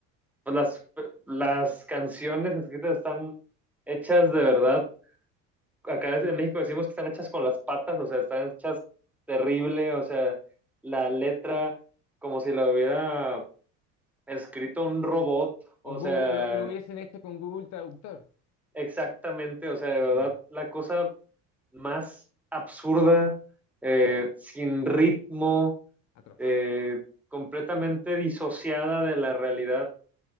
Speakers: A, in the centre; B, on the left (about 60°).
A: pues las, las canciones escritas están hechas de verdad, acá en México decimos que están hechas con las patas, o sea, están hechas terrible, o sea, la letra como si la hubiera escrito un robot, o
B: O
A: sea,
B: Google, lo, lo hubiesen hecho con Google Traductor.
A: Exactamente, o sea, de verdad,
B: Mm.
A: la cosa más absurda, eh, sin ritmo,
B: Atroz.
A: eh, completamente disociada de la realidad.